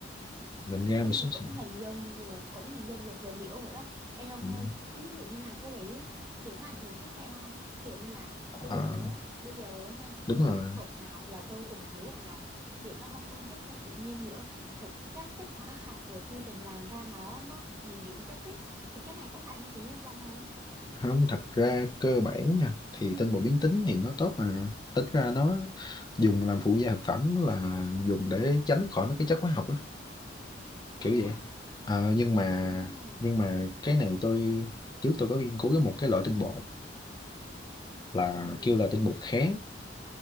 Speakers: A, on the left; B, on the right.
A: mình ra
B: nói chung
A: một số
B: thì cũng
A: sản
B: hình dung được cũng hình dung được hiểu hiểu rồi đó ê ông
A: phẩm.
B: ơi chứ ví dụ như làm cái đấy á kiểu nó ảnh hưởng sức khỏe không kiểu như là
A: Ờ,
B: bây giờ á, bây giờ á nha
A: đúng
B: cứ
A: rồi
B: thực phẩm nào là tôi cũng thấy rằng là kiểu nó không nguyên chất nó không tự nhiên nữa rồi các chất hóa học rồi quy trình làm ra nó nó bị biến chất ấy thì cái này có phải như thế không ông ơi
A: không thật ra cơ bản nha thì tinh bột biến tính thì nó tốt mà tính ra nó dùng làm phụ gia thực phẩm là dùng để tránh khỏi mấy cái chất hóa học á kiểu
B: nói đấy
A: vậy
B: hả
A: Ờ, nhưng mà
B: ồ
A: nhưng mà cái này tôi trước tôi có nghiên cứu cái một cái loại tinh bột là
B: ừ
A: kêu là tinh bột kháng